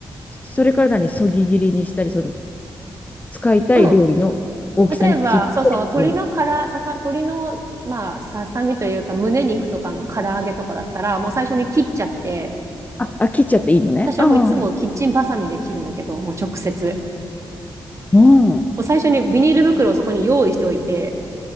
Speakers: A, on the left (about 20°); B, on the right (about 35°).
A: それから何、そぎ切りにしたり、その、使いたい料理の大きさに切ってやる。
B: うん。例えば、そうそう、鶏のから、ささ、鶏の、まあ、ささみというか、胸肉とかの唐揚げとかだったら、もう最初に切っちゃって、
A: あ、あ、切っちゃっていいのね。
B: 私はもういつもキッチンバサミで切るんだけど、
A: ああ、
B: もう直接。
A: うん、
B: もう最初にビニール袋をそこに用意しておいて、